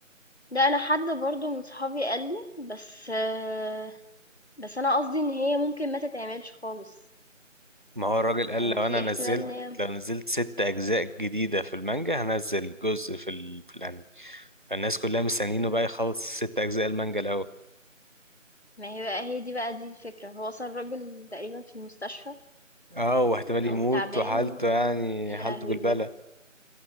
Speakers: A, on the left; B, on the right.
A: ده انا حد برضو من صحابي قال لي بس آه، بس انا قصدي ان هي ممكن ما تتعملش خالص
B: ما هو الراجل قال
A: يعني
B: لو
A: في
B: انا نزلت
A: احتمال ان هي
B: لو نزلت ست اجزاء جديده في المانجا هنزل جزء في, ال... في الانمي فالناس كلها مستنيينه بقى يخلص ست اجزاء المانجا الاول
A: ما هي بقى هي دي بقى دي الفكرة هو وصل راجل تقريبا في المستشفى
B: اه واحتمال يموت
A: أو تعبان
B: وحالته
A: و...
B: يعني
A: يا
B: حالته
A: لهوي
B: بالبلة
A: بجد